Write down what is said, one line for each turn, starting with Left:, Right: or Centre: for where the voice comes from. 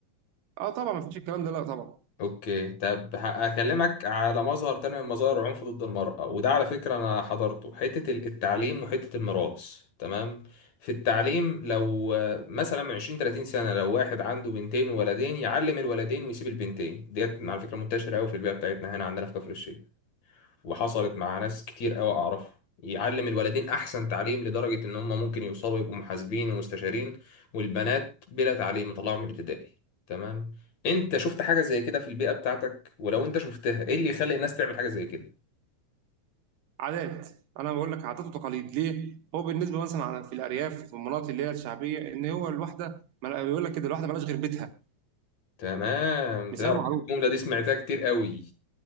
Right: اه طبعا ما فيش الكلام ده لا طبعا
Left: اوكي طب ه- هكلمك على مظهر تاني من مظاهر العنف ضد المرأة وده على فكرة انا حضرته حتة ال- التعليم وحتة الميراث تمام في التعليم لو آه، مثلا من 20 30 سنة لو واحد عنده بنتين وولدين يعلم الولدين ويسيب البنتين ديت على فكرة منتشرة قوي في البيئة بتاعتنا هنا عندنا في كفر الشيخ وحصلت مع ناس كتير قوي اعرفها يعلم الولدين احسن تعليم لدرجة ان هم ممكن يوصلوا يبقوا محاسبين ومستشارين والبنات بلا تعليم مطلعهم من الابتدائي تمام انت شفت حاجة زي كده في البيئة بتاعتك ولو انت شفتها ايه اللي يخلي الناس تعمل حاجة زي كده
Right: عادات انا بقول لك عادات وتقاليد ليه هو بالنسبه مثلا في الارياف في المناطق اللي هي الشعبيه ان هو الواحده ما- بيقول لك كده الواحده مالهاش غير بيتها
Left: تمام
Right: مثال
Left: تعرف
Right: معروف
Left: إن الجملة دي سمعتها كتير قوي